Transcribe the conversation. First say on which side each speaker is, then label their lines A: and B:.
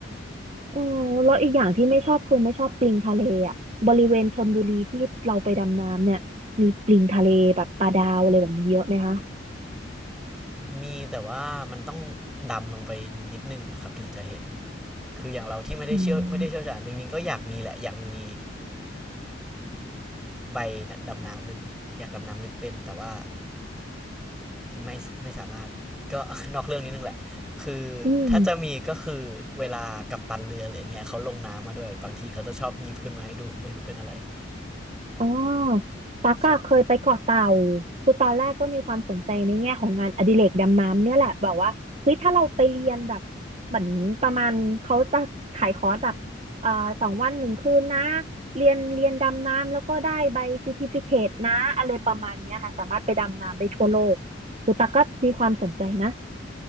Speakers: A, on the right; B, in the centre.
A: เออแล้วอีกอย่างที่ไม่ชอบคือไม่ชอบปลิงทะเลอ่ะบริเวณชลบุรีที่เราไปดำน้ำเนี่ย มีปลิงทะเลแบบปลาดาวอะไรแบบนี้เยอะไหมคะ
B: มีแต่ว่ามันต้องดำลงไปนิดนึงอะครับถึงจะเห็นคืออย่างเราที่ไม่ได้เชี่ยวไม่ได้เชี่ยวชาญจริงๆก็อยากมีแหละอยากมี
A: อืม
B: ใบดำน้ำลึกอยากดำน้ำลึกเป็นแต่ว่า ไม่ไม่สามารถก็ <laughs> นอกเรื่องนิดนึงแหละคือถ้าจะมีก็คือเวลากับตันเรืออะไรอย่างเงี้ยเขาลงน้ำมาด้วยบางทีเขาจะชอบหยิบขึ้นมาให้ดู
A: อืม
B: <laughs> ไม่รู้เป็นอะไร
A: อ๋อตั๊กอะเคยไปเกาะเต่า
B: ใช่
A: คือตอนแรกก็มีความสนใจในแง่ของงานอดิเรกดำน้ำเนี่ยแหละ แบบว่าเฮ้ยถ้าเราไปเรียนแบบเหมือนประมาณเขาจะขายคอร์สแบบเอ่อสองวันหนึ่งคืนนะเรียนเรียนดำน้ำแล้วก็ได้ใบซ e ติฟิเค e นะอะไรประมาณเนี้ยค่ะ สามารถไปดำน้ำได้ทั่วโลกคือตั๊กก็มีความสนใจนะ